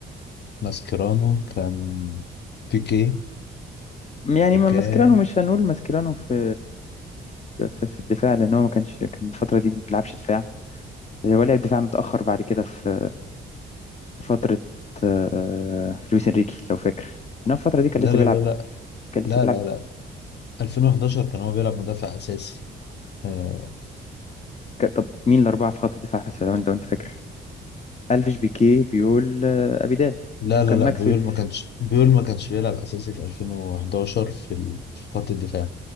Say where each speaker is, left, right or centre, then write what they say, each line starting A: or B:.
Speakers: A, on the left (about 55°); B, on the left (about 35°).
A: ماسكيرانو كان بيكي
B: يعني
A: وكان
B: ما- ماسكيرانو مش هنقول ماسكيرانو في في, في الدفاع لان هو ما كانش كان الفتره دي ما بيلعبش دفاع هو لعب دفاع متاخر بعد كده في في فتره آه، لويس انريكي لو فاكر انما في الفتره دي كان
A: لا
B: لسه
A: لا
B: بيلعب
A: لا لا
B: كان لسه
A: لا
B: بيلعب
A: لا لا 2011 كان هو بيلعب مدافع اساسي آه،
B: ك- طب مين الاربعه في خط الدفاع في لو انت لو انت فاكر الفيش بيكي بيقول آه، ابيدال
A: لا
B: وكان
A: لا
B: ماكسويل
A: لا بيول ما كانش بيول ما كانش بيلعب اساسي في 2011 في ال- في خط الدفاع